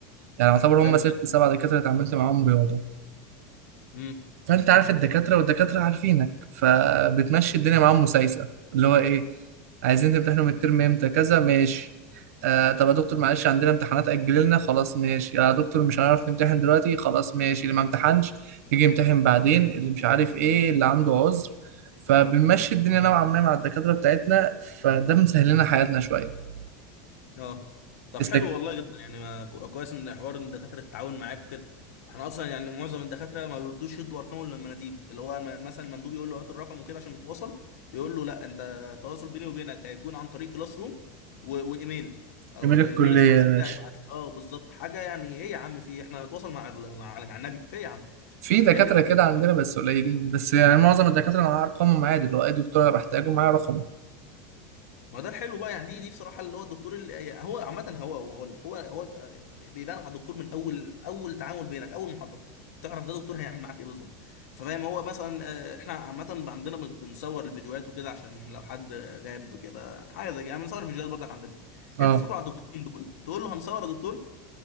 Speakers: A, on the right (about 75°); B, on the left (about 75°).
A: يعني يعتبر
B: حلو
A: هم ست
B: جدا
A: سبع دكاتره اتعاملت معاهم رياضه
B: امم
A: فانت عارف الدكاتره والدكاتره عارفينك فبتمشي الدنيا معاهم مسايسه اللي هو ايه عايزين تمتحنوا من الترم امتى كذا ماشي آه طب يا دكتور معلش عندنا امتحانات اجل لنا خلاص ماشي يا دكتور مش هنعرف نمتحن دلوقتي خلاص ماشي اللي ما امتحنش يجي يمتحن بعدين اللي مش عارف ايه اللي عنده عذر فبنمشي الدنيا نوعا ما مع الدكاتره بتاعتنا فده مسهل لنا حياتنا شويه
B: اه طب
A: استك-
B: حلو والله جدا يعني ما كو- كويس ان حوار ان الدكاتره تتعاون معاك وكده احنا اصلا يعني معظم الدكاتره ما بيرضوش يدوا ارقام ولا المناديب اللي هو م- مثلا المندوب يقول له هات الرقم وكده عشان نتواصل بيقول له لا انت التواصل بيني وبينك هيكون عن طريق كلاس روم و- وايميل او
A: جميل
B: الميل
A: الكليه
B: الشخصي
A: يا باشا
B: بتاعي يبعت لي اه بالظبط حاجه يعني ايه يا عم في إيه؟ احنا نتواصل مع ال- مع مع النبي في ايه يا عم
A: في دكاترة
B: فاهمني
A: كده عندنا بس قليلين بس يعني معظم الدكاترة أنا أرقامهم عادي اللي هو أي دكتور أنا بحتاجه معايا رقم
B: ما ده الحلو بقى يعني دي دي بصراحه اللي هو الدكتور اللي يعني هو عامه هو هو لك هو هو بيبان على الدكتور من اول اول تعامل بينك اول محاضره تعرف ده دكتور هيعمل معاك ايه بالظبط فاهم هو مثلا آه، احنا عامه عندنا بن- بنصور الفيديوهات وكده عشان لو حد غاب كده حاجه زي كده يعني بنصور الفيديوهات برضك عندنا
A: اه
B: انت تدخل على الدكتورين دول تقول له هنصور يا دكتور